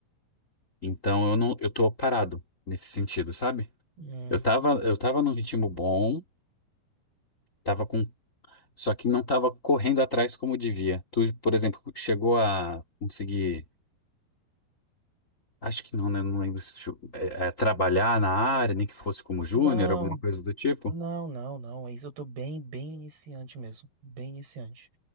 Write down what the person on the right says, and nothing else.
Hum,
Não,
não, não, não. É isso, eu tô bem, bem iniciante mesmo. Bem iniciante.